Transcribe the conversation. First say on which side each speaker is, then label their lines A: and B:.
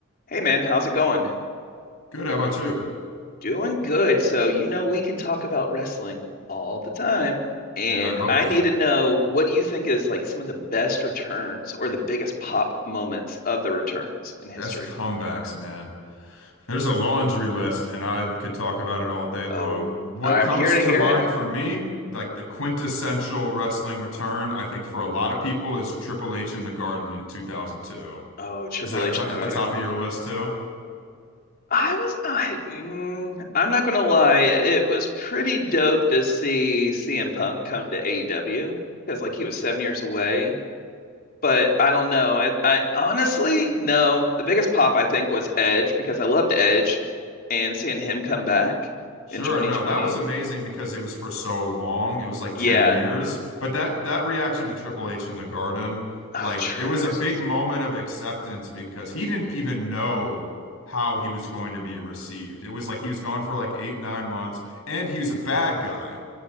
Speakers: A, on the left; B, on the left.
A: Hey man, how's it going?
B: Good. How about you?
A: Doing good. So, you know, we can talk about wrestling all the time. And
B: Yeah, I love
A: I
B: that.
A: need to know what do you think is like some of the best returns or the biggest pop moments of the returns in history?
B: Best comebacks, man. There's a laundry list, and I could talk about it all day long.
A: Oh,
B: What
A: I'm
B: comes
A: here to
B: to
A: hear
B: mind
A: it.
B: for me, like the quintessential wrestling return, I think for a lot of people, is Triple H in the Garden in 2002.
A: Oh, Triple
B: Is that
A: H
B: to-
A: in the
B: at
A: Garden.
B: the top of your list too?
A: I was, I, mm, I'm not gonna lie, it was pretty dope to see CM Punk come to AEW because like he was seven years away. but I don't know. I, I honestly, no. The biggest pop I think was Edge because I loved Edge and seeing him come back
B: Sure,
A: in 2020.
B: no, that was amazing because it was for so long. It was like
A: Yeah.
B: 10 years. But that that reaction to Triple H in the Garden,
A: Oh,
B: like
A: true.
B: it was
A: I
B: a big
A: just
B: moment of acceptance because he didn't even know how he was going to be received. It was like he was gone for like 8, 9 months and he was a bad guy.